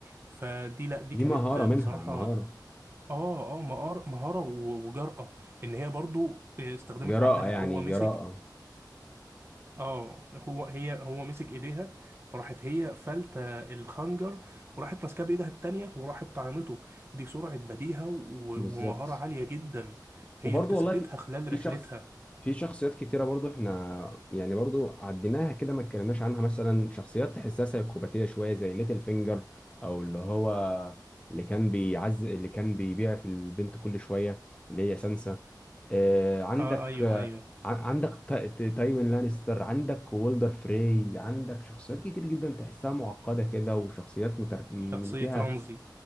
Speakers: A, on the right (about 30°); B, on the left (about 15°).
A: فدي لا دي
B: دي
A: كانت
B: مهارة
A: آه،
B: منها
A: بصراحه
B: مهارة
A: اه اه مهار- مهاره و- وجرأة ان هي برضو استخدمت
B: جراءة
A: عقلها
B: يعني
A: هو مسك
B: جراءة
A: اه هو هي هو مسك ايديها فراحت هي فلتة الخنجر وراحت ماسكاه بايدها التانية وراحت طعنته دي سرعة بديهة و-
B: بالظبط
A: ومهارة عالية جدا هي
B: وبرضه
A: اكتسبتها
B: والله في
A: خلال
B: في
A: رحلتها
B: شخص في شخصيات كتيرة برضه احنا يعني برضه عديناها كده ما اتكلمناش عنها مثلا شخصيات تحسها سيكوباتية شوية زي ليتل فينجر او اللي هو اللي كان بيعز اللي كان بيبيع في البنت كل شوية اللي هي سانسا آه، عندك
A: اه ايوه
B: آه،
A: ايوه
B: عن- عندك تا- تا- تايوين لانستر عندك وولدر فري عندك شخصيات كتير جدا تحسها معقدة كده وشخصيات متر... اللي
A: شخصية
B: فيها
A: رمزي